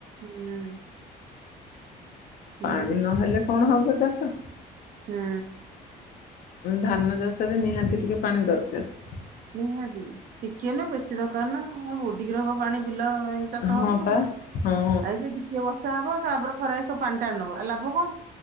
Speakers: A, on the right; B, on the left.
A: ହୁଁ। ହୁଁ
B: ପାଣି ନହେଲେ କଣ ହବ ଚାଷ।
A: ହୁଁ।
B: ଧାନ ଚାଷରେ ନିହାତି ଟିକେ ପାଣି ଦରକାର।
A: ନିହାତି। ଟିକିଏ ନୁହଁ ବେଶୀ ଦରକାର ନା, ଆଉ ବୁଡିକି ରହିବ ପାଣି ବି ଭଲ ଯାଇଁକି ଚାଷ
B: ହଁ
A: ହବ,
B: ପା ହଁ
A: ଆଉ ଏ ଯେ ଟିକିଏ ବର୍ଷା ହବ ତାପରେ ଖରାରେ ସବୁ ପାଣି ଟାଣି ନବ ଲାଭ କଣ?